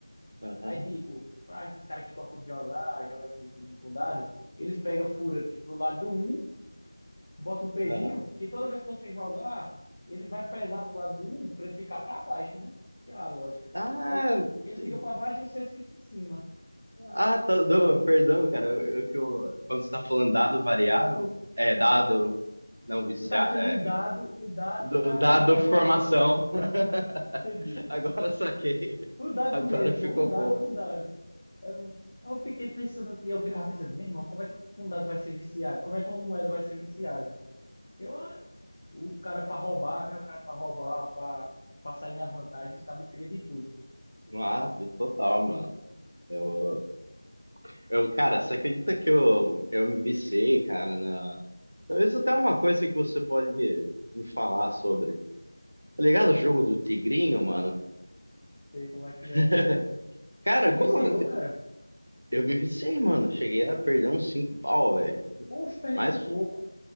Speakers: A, on the right (about 80°); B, on the left (about 40°).
A: aham,
B: Aí, tipo, pra esses caras que gostam de jogar, joga aquele joguinho com dado, eles pegam, fura, tipo, do lado do 1, bota um pezinho,
A: aham.
B: que toda vez que você jogar, ele vai pesar pro lado do 1 pra ele ficar pra baixo, né? Que é a lógica.
A: Ah,
B: Aí ele
A: te-
B: fica pra baixo e você fica em cima.
A: ah, tá, não, perdão, cara. Eu, eu que eu- quando você tá falando dado variável, é dado não viciar,
B: Tu tá achando
A: é,
B: um dado, o dado
A: do-
B: da
A: dado
B: informação.
A: formação. <laughs>
B: Entendi.
A: Agora eu saquei.
B: O dado
A: Agora
B: mesmo,
A: ficou
B: pô, um dado,
A: bom.
B: um dado. Eu, eu fiquei pensando, e eu ficava pensando, meu irmão, como é que um dado vai ser viciado? Como é que uma moeda vai ser viciada? Eu, ah, O cara pra roubar, né? O cara pra roubar, pra pra sair na vantagem, os cabos cria de tudo. Não
A: Ah, total, mano. Eu, eu, cara, você acredita que eu, eu me viciei, cara, na... Talvez até uma coisa que você pode me, me falar sobre. Tá ligado o jogo do tigrinho, mano?
B: sei como é que
A: <laughs>
B: é.
A: Cara,
B: Se viciou,
A: como,
B: cara.
A: Eu me viciei, mano. Cheguei a perder uns cinco pau, velho.
B: Poxa,
A: Mas.
B: esse pouco.